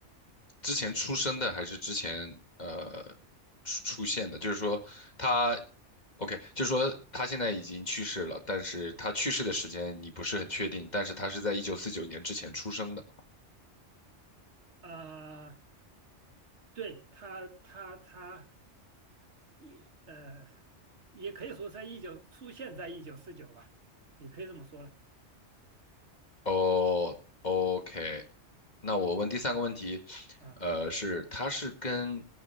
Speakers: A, on the left; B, on the right.
A: 之前出生的还是之前呃出出现的？就是说他，OK，就是说他现在已经去世了，但是他去世的时间你不是很确定，但是他是在一九四九年之前出生的。
B: 啊，对他他。他一呃，也可以说在一九出现在一九四九吧，也可以这么说了
A: 哦，OK，那我问第三个问题，
B: 啊。
A: 呃，是他是跟